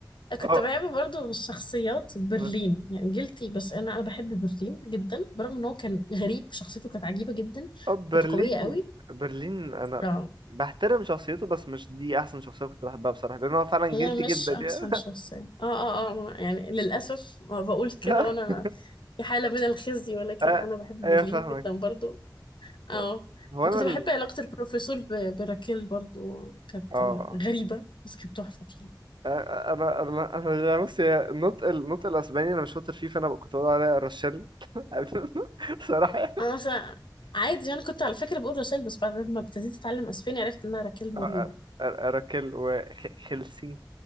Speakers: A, on the right (about 80°); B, on the left (about 85°).
A: اه
B: كنت بحب برضو الشخصيات برلين
A: اه
B: يعني جلتي بس انا انا بحب برلين جدا برغم ان هو كان غريب شخصيته كانت عجيبة جدا
A: آه، برلين
B: كانت قوية قوي
A: برلين انا
B: اه
A: بحترم شخصيته بس مش دي احسن شخصيه كنت بحبها بصراحه لان هو فعلا
B: هي
A: جلتي
B: مش
A: جدا
B: احسن
A: يعني
B: شخصية اه اه اه يعني للاسف ما بقول كده
A: <laughs>
B: وانا في حالة من الخزي ولكن
A: آه،
B: انا بحب
A: ايوه
B: برلين
A: فاهمك
B: جدا برضو اه
A: هو هو
B: وكنت
A: انا ال...
B: بحب علاقة البروفيسور ب- براكيل برضو كانت
A: اه
B: غريبة بس كانت تحفة بصراحة
A: انا انا انا يعني بص هي النطق النطق الاسباني انا مش شاطر فيه فانا كنت بقول عليها رشال <laughs> صراحه يعني.
B: انا مثلا عادي انا كنت على فكرة بقول رشال بس بعد ما ابتديت اتعلم اسباني عرفت انها راكيل موريو
A: أ- أ- اراكل وهلسنكي